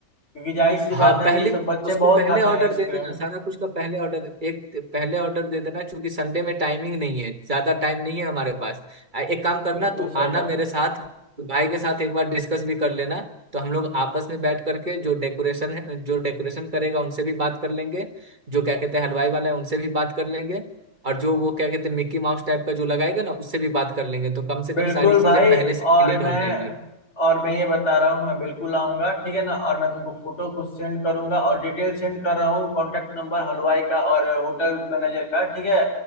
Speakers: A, on the left; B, on the right.
A: क्योंकि जाहिर सी बात
B: हाँ
A: है
B: पहले
A: ये सब बच्चे
B: उसको
A: बहुत
B: पहले
A: खाते
B: ऑर्डर
A: हैं आइसक्रीम
B: दे देना सारा कुछ का पहले ऑर्डर एक पहले ऑर्डर दे देना क्योंकि संडे में टाइमिंग नहीं है ज्यादा टाइम नहीं है हमारे पास आ- एक काम करना
A: बिल्कुल
B: तू
A: सही
B: आना
A: कहा
B: मेरे साथ तो भाई के साथ एक बार डिस्कस भी कर लेना तो हम लोग आपस में बैठ करके जो डेकोरेशन है जो डेकोरेशन करेगा उनसे भी बात कर लेंगे जो क्या कहते हैं हलवाई वाला है उनसे भी बात कर लेंगे और जो वो क्या कहते हैं मिक्की माउस टाइप का जो लगाएगा ना उससे भी बात कर लेंगे तो कम से
A: बिल्कुल
B: कम सारी
A: भाई
B: चीजें पहले
A: और
B: से क्लियर
A: मैं
B: हो जाएगी
A: और मैं ये बता रहा हूँ मैं बिल्कुल आऊंगा ठीक है ना और मैं तुमको फोटो कुछ सेंड करूंगा और डिटेल सेंड कर रहा हूँ कॉन्टेक्ट नंबर हलवाई का और होटल मैनेजर का ठीक है